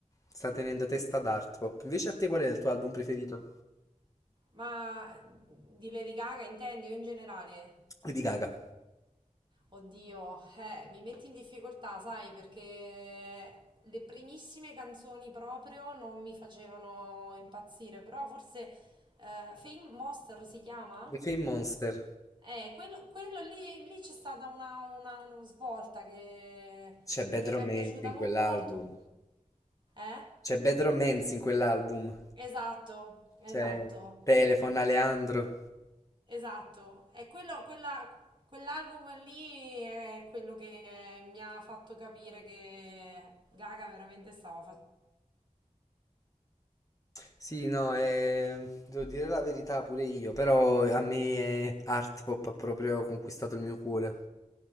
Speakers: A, on the left; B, on the right.
A: sta tenendo testa ad Art Pop. Invece a te qual è il tuo album preferito?
B: Ma di Levi Gaga intendi o in generale?
A: Lady Gaga,
B: Oddio, eh, mi metti in difficoltà, sai, perché le primissime canzoni proprio non mi facevano impazzire, però forse eh, Fame Monster si chiama?
A: The Fame Monster.
B: Eh, quello, quello lì, lì c'è stata una, una- una svolta che,
A: C'è Bad
B: che
A: Romance
B: mi è piaciuta
A: in quell'album.
B: molto. Eh?
A: C'è Bad Romance in quell'album.
B: Esatto, esatto.
A: C'è Telephone Aleandro.
B: Esatto, è quello, quella- quell'album lì è quello che mi ha fatto capire che Gaga veramente stava
A: Sì, no, eh, devo dire la verità pure io, però a me eh, Art Pop ha proprio conquistato il mio cuore.